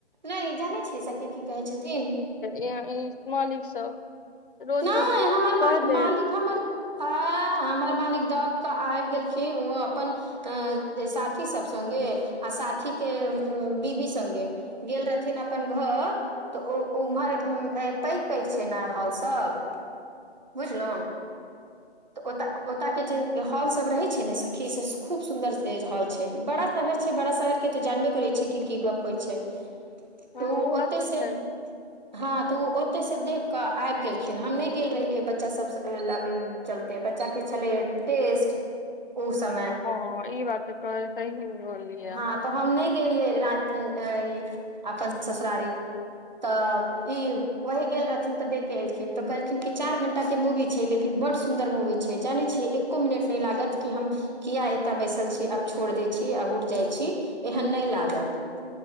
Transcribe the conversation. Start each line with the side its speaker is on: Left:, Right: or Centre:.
Right: नहि जानै छियै सखी की कहै छथिन
Left: य मालिक सब रोज
Right: नहि
Left: रोज
Right: हमर
Left: कह
Right: मा
Left: दे
Right: मालिक हमर हमर मालिक दऽ कऽ आबि गेलखिन ओ अपन अ साथी सब संगे आ साथी के उ बीबी संगे गेल रहथिन अपन घर तऽ ओ उम्हर पैग पैग छै ने हॉल से सब बुझलहुँ तऽ ओ ओत के जे हॉल सब रहे छै ने सखी से खूब सुन्दर हॉल छै बड़ा शहर छै बड़ा शहर के तऽ जानबे करै छियै कि की गप्प होइ छै
Left: हँ
Right: त उ
Left: ओ बात
Right: ओतय
Left: तऽ
Right: से
Left: छै
Right: हँ तऽ ओ ओतय से देख कऽ आबि गेल खिन हम नहि गेल रहिए बच्चा सब चलते बच्चा के छले टेस्ट ओ समय
Left: हँ ई बात तऽ कह सी बोललियै
Right: हँ
Left: अहाँ
Right: तऽ हम नहि गेलियै रति अपन ससुरार तऽ ई वही गेल रहथिन तऽ देख के एलथिन तऽ कहलखिन क चार घंटा के मूवी छै लेकिन बढ़ सुंदर मूवी छै जानै छियै एको मिनट नहि लागत कि हम किया एतय बैसल छी आब छोड़ दै छी आब उठ जाइ छी एहन नइ लागत